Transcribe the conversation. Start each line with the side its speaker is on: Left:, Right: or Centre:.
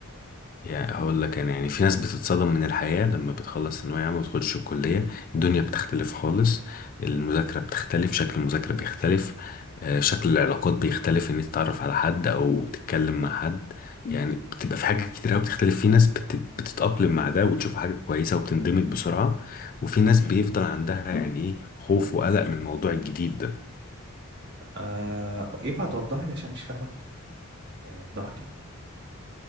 Left: يعني هقول لك انا يعني في ناس بتتصدم من الحياة لما بتخلص ثانوية عامة وتخش الكلية الدنيا بتختلف خالص المذاكرة بتختلف شكل المذاكرة بيختلف آه، شكل العلاقات بيختلف ان انت تتعرف على حد او تتكلم مع حد يعني بتبقى في حاجات كتير قوي بتختلف في ناس بت- بتتأقلم مع ده وتشوف حاجة كويسة وبتندمج بسرعة وفي ناس بيفضل عندها يعني ايه خوف وقلق من الموضوع الجديد ده
Right: آه ينفع توضح لي عشان مش فاهمك يعني وضح لي